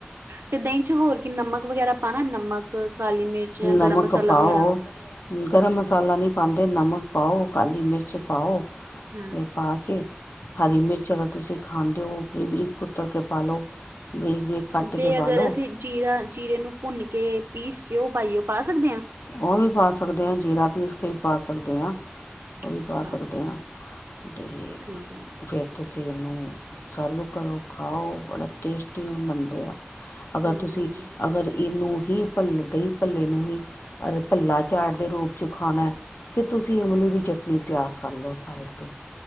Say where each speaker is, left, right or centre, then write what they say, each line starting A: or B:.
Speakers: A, on the right (about 80°); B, on the left (about 70°).
A: ਤੇ ਦਹੀਂ ਚ ਹੋਰ ਕੀ ਨਮਕ ਵਗੈਰਾ ਪਾਣਾ ਨਮਕ, ਕਾਲੀ ਮਿਰਚ, ਜਾਂ
B: ਨਮਕ
A: ਗਰਮ ਮਸਾਲਾ
B: ਪਾਓ
A: ਵਗੈਰਾ।
B: ਗਰਮ ਮਸਾਲਾ ਨਹੀਂ ਪਾਂਦੇ ਨਮਕ ਪਾਓ, ਕਾਲੀ ਮਿਰਚ ਪਾਓ,
A: ਹਾਂ
B: ਇਹ ਪਾ ਕੇ ਹਰੀ ਮਿਰਚ ਅਗਰ, ਤੁਸੀਂ ਖਾਂਣਦੇ ਹੋ ਬਰੀ ਬਰੀਕ ਕੁਤਰ ਕੇ ਪਾ ਲਓ, ਬਰੀਕ। ਬਰੀਕ ਕੱਟ
A: ਜੇ
B: ਕੇ ਪਾ
A: ਅਗਰ
B: ਲਓ
A: ਅਸੀਂ ਜੀਰਾ, ਜੀਰੇ ਨੂੰ ਭੁੰਨ ਕੇ, ਪੀਸ ਕੇ ਉਹ ਪਾਈਏ ਪਾ ਸਕਦੇ ਹਾਂ।
B: ਉਹ ਵੀ ਪਾ ਸਕਦੇ ਹਾਂ ਜੀਰਾ ਪੀਸ ਕੇ ਵੀ ਪਾ ਸਕਦੇ ਹਾਂ, ਉਹ ਵੀ
A: ਅੱਛਾ
B: ਪਾ ਸਕਦੇ ਹਾਂ। ਤੇ
A: ਠੀਕ ਹੈ
B: ਫੇਰ ਤੁਸੀਂ ਇਹਨੂੰ ਸਰਵ ਕਰੋ। ਖਾਓ ਬੜਾ ਟੇਸਟੀ ਮੰਨਦੇ ਆ, ਅਗਰ
A: ਹਮ
B: ਤੁਸੀਂ ਅਗਰ ਇਹਨੂੰ ਹੀ ਭੱਲ- ਦਹੀ ਪੱਲੇ ਨੂੰ ਹੀ ਅ ਭੱਲਾ ਚਾੜ ਦੇ ਰੂਪ ਚ ਖਾਣਾ ਐ। ਤੇ ਫੇਰ ਤੁਸੀਂ ਇਮਲੀ ਦੀ ਚਟਨੀ ਤਿਆਰ ਕਰ ਲਓ ਸਾਈਡ 'ਤੇ।